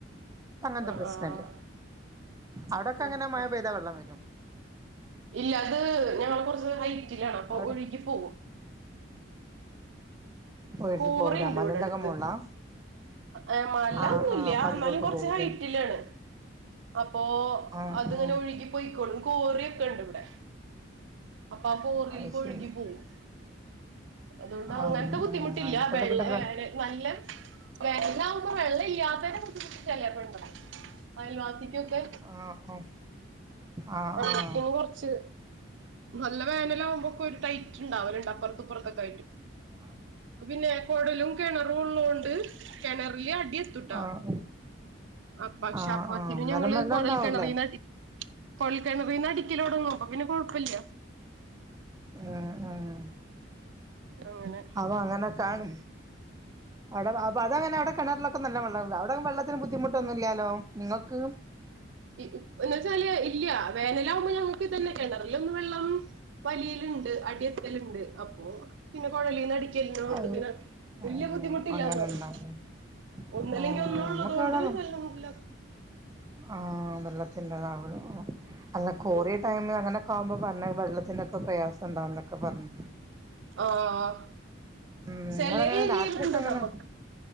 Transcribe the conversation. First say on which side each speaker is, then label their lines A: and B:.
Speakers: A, on the right; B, on the right.
A: ഇപ്പ അങ്ങനത്തെ
B: ആഹ്
A: പ്രശ്നല്ല
B: ആഹ്
A: അവിടെക്കെങ്ങനെ
B: ഓക്കെ
A: മഴ പെയ്താ വെള്ളം വരോ
B: ഇല്ല അത് ഞങ്ങള് കുറച്ച് ഹൈറ്റിലാണ് അപ്പൊ
A: അവിടെ
B: ഒഴുകി പോകും
A: പോയിറ്റ്
B: കോറിണ്ട്
A: പോവൂല മലന്റെ
B: ഇവിടെ അടുത്ത്
A: ഒക്കെ മോളിലാ
B: ഏഹ് മല
A: ആഹ്
B: ഒന്നുംല്ല
A: ആഹ് അപ്പൊ അതിലോട്ട്
B: എന്നാലും കൊറച്ച്
A: പോകൂല്ലേ
B: ഹൈറ്റിലാണ് അപ്പോ
A: ആഹ്
B: അത്ങ്ങനെ
A: ആഹ്
B: ഒഴുകി പോയിക്കോളും കോറിയൊക്കണ്ട് ഇവിടെ അപ്പൊ ആ കോറിൽക്ക്
A: അത്
B: ഒഴുകി
A: ശരി
B: പോകും അതുകൊണ്ട് അങ്ങനത്തെ
A: ആഹ്
B: ബുദ്ധിമുട്ട്
A: ആഹ്
B: ട്ടില്ല
A: അയിനെക്കൊണ്ട്
B: വെള്ള
A: പിന്നെ പ്ര
B: വന നല്ല വെള്ളാവുമ്പോ വെള്ളം ഇല്ലാത്തെന്റെ ബുദ്ധിമുട്ട് ചിലപ്പുണ്ട് അയൽവാസിക്കൊക്കെ
A: ആഹ് ആഹ് ആഹ്
B: അപ്പം
A: ആഹ്
B: കുറച്ച് നല്ല വേനലാമ്പോക്കെ ഒരു ടൈറ്റ് ഇണ്ടാവലുണ്ട് അപ്പുറ അപ്പറത്തൊക്കേയ്
A: ഉം ആഹ്
B: പിന്നെ കുഴലും കിണറും ഉള്ളൊണ്ട് കിണറില് അടി എത്തുട്ടാ
A: ആഹ്
B: അ പക്ഷെ
A: ആഹ്
B: അപ്പത്തിന്
A: ആഹ് എന്നാലും
B: ഞങ്ങള്
A: വെള്ളം
B: കുഴൽ
A: ഉണ്ടാവൂല്ലേ
B: കിണറീന്ന് അടി കൊഴൽ കിണറീന്ന് അടിക്കലൊടങ്ങും അപ്പോ പിന്നെ കൊഴപ്പില്ല
A: ആഹ് ആഹ്
B: അങ്ങനെ
A: അവ അങ്ങനക്കാണ് അവിടെ അപ്പൊ അതങ്ങനെ അവിടെ അപ്പോ അതങ്ങനെ കിണറിലൊക്കെ നല്ല വെള്ളംണ്ട് അവിടെ വെള്ളത്തിന് ബുദ്ധിമുട്ടൊന്നുല്ലാലോ നിങ്ങൾക്ക്
B: എന്ന് വെച്ചാല് ഇല്ല വേനലാവുമ്പോ ഞങ്ങക്ക് ഇതന്നെ കെണറിലൊന്നും വെള്ളം വലിയലുണ്ട് അടിയെത്തലുണ്ട് അപ്പോ പിന്നെ കുഴലീന്ന് അടിക്കല്ലേ നോട്‌
A: അത്
B: <unintelligible> വല്ല്യ
A: ഉം
B: ബുദ്ധിമുട്ടില്ലാന്ന്
A: അങ്ങനെ
B: പറയും
A: ഉണ്ടാവും
B: ഒന്നില്ലെങ്കിൽ
A: ആഹ്
B: ഒന്ന് ഉള്ളതുകൊണ്ട്
A: നമ്മക്ക് ഇവിടെ
B: നല്ല
A: ആഹ് വെള്ളത്തിന്റ താവുള്ളു അല്ല കോറിയ
B: ഉം
A: ടൈം അങ്ങനെ ക്കാവുമ്പോ പറഞ്ഞ വെള്ളത്തിന്റൊക്കെ പ്രയാസം ഉണ്ടാവന്നൊക്കെ പറഞ്ഞ്
B: ആഹ്
A: ഉം
B: ചെലേ
A: നിങ്ങളങ്ങനെ
B: ഏരിയലുണ്ട്
A: രാത്രിയൊക്കെ അങ്ങനെ
B: നമുക്ക്